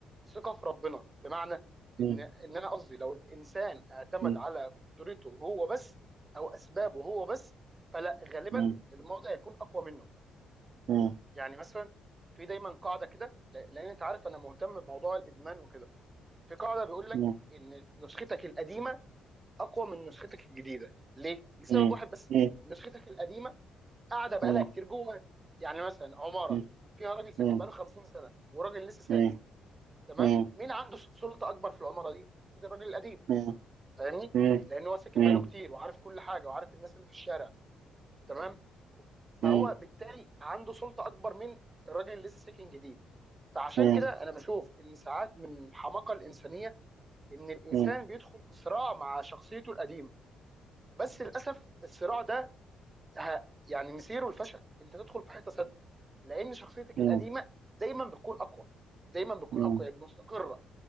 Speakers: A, on the right; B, on the right.
A: ثقه في ربنا بمعنى
B: م-
A: ان ان انا قصدي لو الانسان اعتمد
B: م-
A: على قدرته هو بس او اسبابه هو بس فلا غالبا
B: م-
A: الماضي هيكون اقوى منه
B: م-
A: يعني مثلا في دايما قاعده كده ل- لان انت عارف انا مهتم بموضوع الادمان وكده في قاعده بيقول لك
B: م-
A: ان نسختك القديمه اقوى من نسختك الجديده ليه لسبب
B: مم.
A: واحد بس
B: مم.
A: نسختك القديمه قاعده بقالها
B: مم.
A: كتير جواك يعني مثلا عماره
B: مم.
A: فيها راجل ساكن
B: مم.
A: بقاله 50 سنه وراجل لسه ساكن
B: مم.
A: تمام
B: مم.
A: مين عنده سلطه اكبر في العماره دي ده الراجل القديم
B: مم.
A: فاهمني
B: مم.
A: لان هو ساكن
B: مم.
A: بقاله كتير وعارف كل حاجه وعارف الناس اللي في الشارع تمام فهو
B: مم.
A: بالتالي عنده سلطه اكبر من الراجل اللي لسه ساكن جديد فعشان
B: مم.
A: كده انا بشوف ان ساعات من الحماقه الانسانيه ان الانسان
B: مم. مم.
A: بيدخل في صراع مع شخصيته القديمه بس للاسف الصراع ده ه- يعني مصيره الفشل انت تدخل في حته سد لان شخصيتك
B: مم.
A: القديمه
B: مم.
A: دايما بتكون اقوى دايما بتكون
B: مم.
A: اقوى يعني مستقره